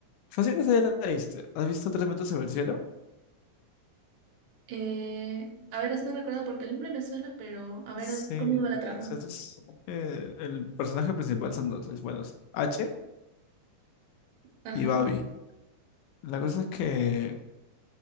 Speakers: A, on the left; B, on the right.
A: fácil esa ya la viste. ¿Has visto Tres metros sobre el cielo?
B: Eh, a ver, hazme recordar porque el nombre me suena, pero a ver,
A: Sí,
B: haz- ¿cómo va
A: o
B: la trama?
A: sea, esto es- eh, el personaje principal son dos, es bueno, es H
B: Ajá.
A: y Babi. La cosa es que